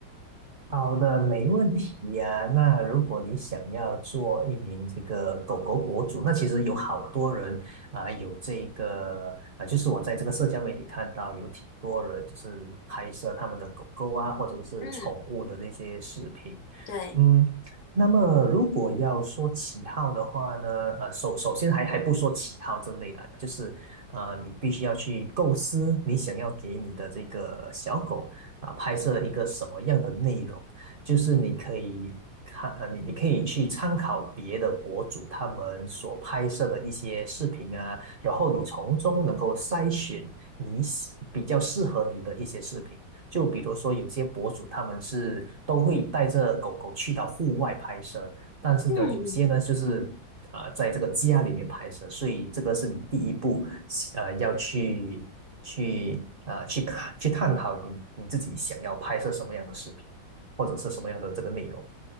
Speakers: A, on the right; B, on the left.
A: 好的，没问题呀、那如果你想要做一名这个狗狗博主，那其实有好多人啊、有这个啊、就是我在这个社交媒体看到有挺多人就是拍摄他们的狗狗啊，或者是宠物的那些视频。
B: 嗯，对，
A: 嗯，那么如果要说起号的话呢，呃，首首先还还不说起号之类的，就是呃，你必须要去构思你想要给你的这个小狗。啊拍摄一个什么样的内容，就是你可以看呃你你可以去参考别的博主他们所拍摄的一些视频啊，然后你从中能够筛选你喜比较适合你的一些视频。就比如说有些博主他们是都会带着狗狗去到户外拍摄，但是呢，
B: 嗯
A: 有些呢就是啊、在这个家里面拍摄，所以这个是你第一步，呃，要去去啊、去看去探讨你你自己想要拍摄什么样的视频，或者是什么样的这个内容。